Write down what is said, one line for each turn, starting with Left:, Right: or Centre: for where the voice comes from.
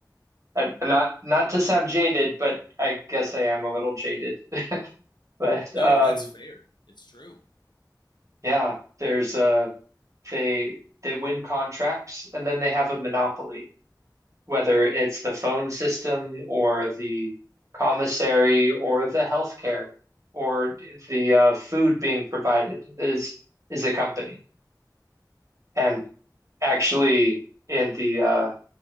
Right: I, not not to sound jaded, but I guess I am a little jaded. <laughs> But um
Left: No, that's fair. It's true.
Right: yeah, there's uh they they win contracts and then they have a monopoly. whether it's the phone system or the commissary or the healthcare or the uh, food being provided is is a company. And actually, in the uh,